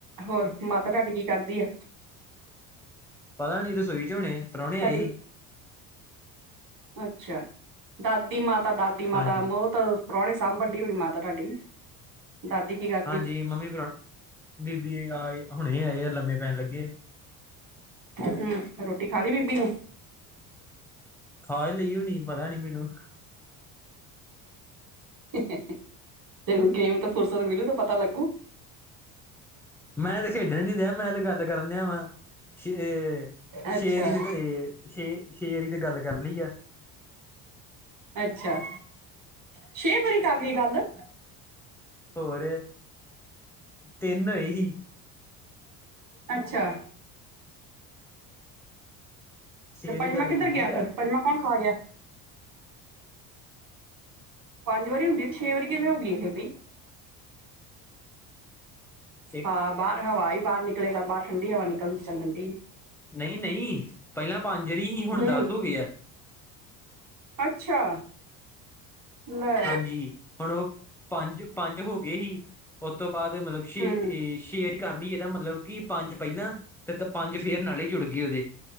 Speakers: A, on the right; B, in the centre.
A: ਹੋਰ ਮਾਤਾ ਤਾਡੀ ਕੀ ਕਰਦੀ ਆ।
B: ਪਤਾ ਨੀ ਰਸੋਈ 'ਚ ਹੋਣੇ ਆ ਪ੍ਰੋਣੇ
A: ਤੁਹਾਡੀ
B: ਆਏ ਹੀ।
A: ਅੱਛਾ ਦਾਦੀ ਮਾਤਾ-ਦਾਦੀ ਮਾਤਾ
B: ਹਾਂਜੀ
A: ਬੋਤ ਪ੍ਰੋਣੇ ਸਾਂਭਣਡੀ ਹੋਣੀ ਮਾਤਾ ਤਾਡੀ। ਦਾਦੀ ਕੀ ਕਰਦੀ
B: ਹਾਂਜੀ ਮੰਮੀ ਪ੍ਰੋ ਬੀਬੀ ਆਏ ਹੁਣੇ ਆਏ ਆ ਲੰਮੇ ਪੈਣ ਲੱਗੇ ਆ।
A: ਹੂੰ ਰੋਟੀ ਖਾ ਲੀ ਬੀਬੀ ਨੇ।
B: ਖਾ ਈ ਲਈ ਹੋਣੀ ਪਤਾ ਨੀ ਮਿਨੂੰ।
A: ਹੇਹੇਂ ਤੇਨੂੰ ਗੇਮ ਤੋਂ ਫੁਰਸਤ ਮਿਲੂ ਤੇ ਪਤਾ ਲੱਗੂ।
B: ਮੈਂ ਤੇ ਖੇਡਣ ਨੀ ਦਿਆਂ ਮੈਂ ਤੇ ਗੱਲ ਕਰਨ ਦਿਆਂ ਵਾਂ, ਸ਼ੇ
A: ਅੱਛਾ
B: ਸ਼ੇਰ ਈ ਤੇ ਗ‌ਏ ਛੇ-ਛੇ ਅਰੀ ਤੇ ਗੱਲ ਕਰ ਲੀ ਆ।
A: ਅੱਛਾ ਛੇ ਵਰੀ ਕਰ ਲੀ ਗੱਲ।
B: ਹੋਰ ਤਿੰਨ ਹੋਏ ਹੀ।
A: ਅੱਛਾ।
B: ਸ਼ੇਰੀ
A: ਤੇ ਪੰਜਮਾਂ
B: ਗੱਲ
A: ਕਿੱਧਰ
B: ਕੀਤੀ
A: ਗਿਆ
B: ਆ
A: ਫੇਰ, ਪੰਜਮਾਂ ਕੌਣ ਖਾ ਗਿਆ। ਪੰਜ ਵਾਰੀ ਹੁੰਦੀ ਤੇ ਛੇ ਵਾਰੀ ਕਿਵੇਂ ਹੋ ਗੀ ਇਹ ਬੀ
B: ਇੱਕ
A: ਹਾਂ ਬਾਰ ਹਵਾ ਆਈ ਬਾਰ ਨਿਕਲੇ ਤਾਂ ਬਾਰ ਠੰਢੀ ਹਵਾ ਨਿਕਲਦੀ ਚੱਲਣ ਡ‌ਈ।
B: ਨ‌ਈ-ਨ‌ਈ ਪੈਲਾਂ ਪੰਜ ਦੀ ਹੀ, ਹੁਣ
A: ਹੂੰ
B: ਦਸ ਹੋ ਗੇ ਆ।
A: ਅੱਛਾ। ਲੈ
B: ਹਾਂਜੀ ਹੁਣ ਓ ਪੰਜ-ਪੰਜ ਹੋ ਗਏ ਹੀ, ਓਤੋ ਬਾਦ ਮਤਲਬ ਛੇ
A: ਹੂੰ
B: ਏ ਸ਼ੇਰ ਕਰ ਲਈ ਏਦਾ ਮਤਲਬ ਕੀ ਪੰਜ ਪੈਲਾਂ ਤੇ ਦ ਪੰਜ ਫੇਰ ਨਾਲੇ ਜੁੜ ਗੇ ਓਦੇ।